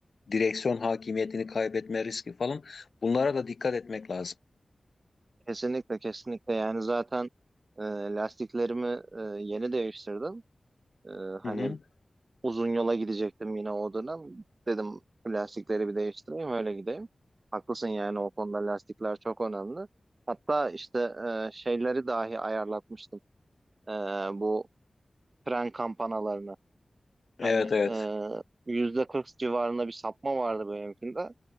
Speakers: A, on the left (about 70°); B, on the right (about 50°).
A: direksiyon hakimiyetini kaybetme riski falan. Bunlara da dikkat etmek lazım.
B: Kesinlikle kesinlikle yani zaten e, lastiklerimi e, yeni değiştirdim. E, hani
A: Hı hı.
B: uzun yola gidecektim yine o dönem. Dedim "Bu lastikleri bir değiştireyim öyle gideyim. Haklısın yani o konuda lastikler çok önemli. Hatta işte e, şeyleri dahi ayarlatmıştım. E, bu fren kampanalarını. Hani
A: Evet evet.
B: e, %40 civarında bir sapma vardı benimkinde.